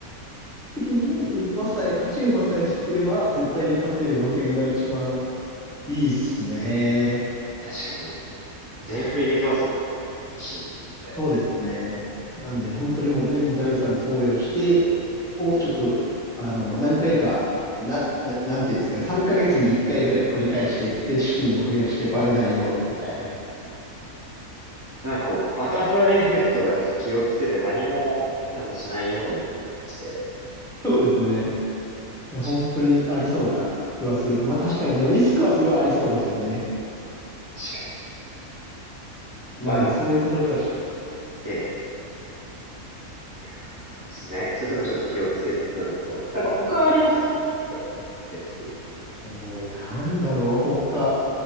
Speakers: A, in the centre; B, on the right.
A: 時に馬さえ、勝ち馬さえ知ってれば、絶対に勝てる馬券が一番いいっすね。
B: 確かに、全振りできますもんね。自信を持って。
A: そうですね。なんで、本当にもう全財産投与して、をちょっと、あの、何回か、な、な、なんていうんですかね、3ヶ月に1回ぐらいを繰り返していって、資金を増やしてバレないようにみたいな。
B: なんかこう、バタフライエフェクトだけちょっと気をつけて何も変なことしないようにして。
A: そうですね。いや、
B: 確か
A: 本当にありそうな気はするんで。まあ確かに、でもリスクはすごいありそうですよね。
B: に、確かに。
A: なんでそういうところはちょっ
B: まあでも、ええ、いやまあそうですね。そういうとこちょっと気をつけてたんですけど、なんか他あります例えば、別で言うと。
A: と、えー、なんだろう、他。